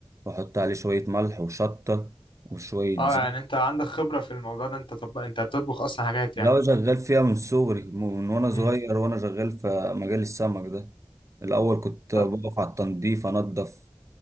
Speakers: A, on the right; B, on the left.
A: واحط عليه شويه ملح وشطه وشويه
B: اه
A: زيت
B: يعني انت عندك خبرة في الموضوع ده انت طب انت بتطبخ اصلا حاجات
A: لو
B: يعني
A: شغال فيها من صغري من وانا صغير
B: امم
A: وانا شغال في مجال السمك ده الاول كنت
B: طب
A: بقف على التنظيف انضف